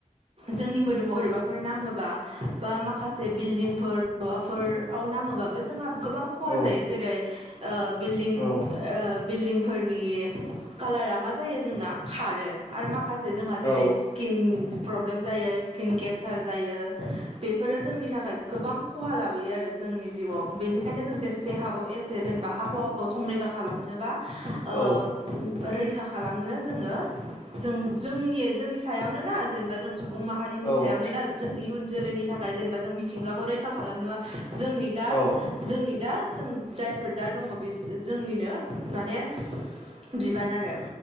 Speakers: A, on the right; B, on the left.
A: जोंनि मोदोमाव बोरैबाफोर नाङो बा बा माखासे बिल्डिंफोर माबाफोराव नाङोबाबो जोंहा गोबां
B: औ
A: खहा जायो जेरै ओ बिल्डिं
B: औ औ
A: ओ बिल्दिं फोरनि कालारा मा जायो जोंना खारो आरो माखा से जोंहा
B: औ
A: जेरै स्किन प्रब्लेम जायो स्किन केन्सार जायो बेफोरो जोंनि थाखाय गोबां खहा लाब बोयो आरो जोंनि जिउआव बेनिखायनो जों जेसे हागौ एसे जेनेबा आबहावाखौ संरैखा खालामनोबा
B: औ
A: ओ रैखा खालामनो जोङो जों जोंनि जोंनि सायावनो ना जेनेबा जों सुबुं माहारिनि
B: औ
A: सायावनो ना जों इयुन जोलैनि थाखाय जेनेबा जों मिथिंगाखौ रैखा खालामना जोंनि दा
B: औ
A: जोंनि दा जों जायफोर दा दङ बिस जोंनिनो माने बिबान आरो